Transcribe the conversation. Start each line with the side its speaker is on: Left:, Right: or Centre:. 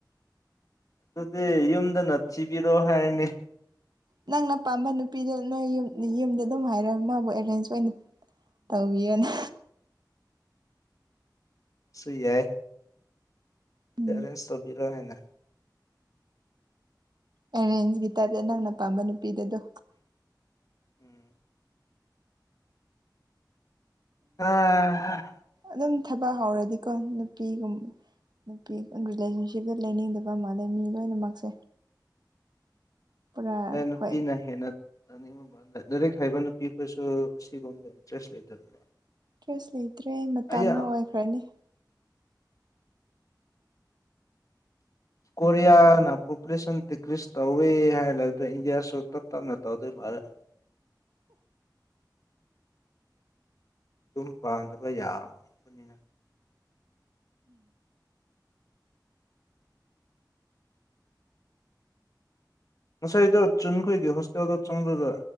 Left: ꯑꯗꯨꯗꯤ ꯌꯨꯝꯗꯅꯠꯁꯤꯕꯤꯔꯣ ꯍꯥꯏꯔꯅꯤ
Right: ꯅꯪꯅ ꯄꯥꯝꯕ ꯅꯨꯄꯤꯗ ꯅꯣꯏ ꯌꯨꯝꯗ ꯑꯗꯨꯝ ꯍꯥꯏꯔ ꯃꯥꯕꯨ ꯑꯦꯔꯦꯟꯖ ꯑꯣꯏꯅ ꯇꯧꯕꯤꯌꯣꯅꯦ
Left: ꯁ ꯌꯥꯏ
Right: ꯎꯝ
Left: ꯇꯦꯟ ꯁꯕꯔꯣ ꯍꯥꯏꯟꯅ
Right: ꯑꯦꯔꯦꯟꯁꯒꯤ ꯇꯥꯏꯞꯇ ꯅꯪꯅ ꯄꯥꯝꯕ ꯅꯨꯄꯤꯗꯗꯣ
Left: ꯎꯝ ꯑ
Right: ꯑꯗꯨꯝ ꯊꯕꯛ ꯍꯧꯔꯗꯤꯀꯣ ꯅꯨꯄꯤꯒꯨꯝꯕ ꯅꯨꯄꯤ ꯔꯤꯂꯦꯁꯟꯁꯤꯞꯇ ꯂꯩꯅꯤꯡꯗꯕ ꯃꯥꯜꯂꯦ ꯃꯤ ꯂꯣꯏꯅꯃꯛꯁꯦ ꯄꯨꯔꯥ
Left: ꯑꯦ ꯅꯨꯄꯤꯅꯍꯦꯟꯅ
Right: ꯍꯣꯏ
Left: ꯅꯤꯡ ꯂꯥꯏꯔꯤꯛ ꯍꯥꯏꯕ ꯅꯨꯄꯤ ꯑꯩꯈꯣꯏꯁꯨ ꯁꯤꯒꯕꯗ ꯏꯟꯇꯔꯦꯁ ꯂꯩꯇꯕꯅꯦ
Right: ꯗ꯭ꯔꯦꯁ ꯂꯩꯇ꯭ꯔꯦ ꯃꯇꯝꯥꯅ
Left: ꯑꯩ
Right: ꯑꯣꯏꯈ꯭ꯔꯅꯤ
Left: ꯀꯣꯔꯤꯌꯥꯅ ꯄꯣꯄꯨꯂꯦꯁꯟ ꯗꯤꯀ꯭ꯔꯤꯁ ꯇꯧꯋꯤ ꯍꯥꯏ ꯏꯟꯗꯤꯌꯥꯁꯨ ꯇꯞ ꯇꯞꯅ ꯇꯧꯗꯣꯏ <unintelligible> ꯑꯗꯨꯝ ꯄꯥꯟꯗꯕ ꯌꯥꯕꯅꯤꯅ ꯉꯁꯥꯏꯗ ꯆꯨꯝꯈꯣꯏꯒꯤ ꯍꯣꯁꯇꯦꯜꯗ ꯆꯪꯂꯕꯗ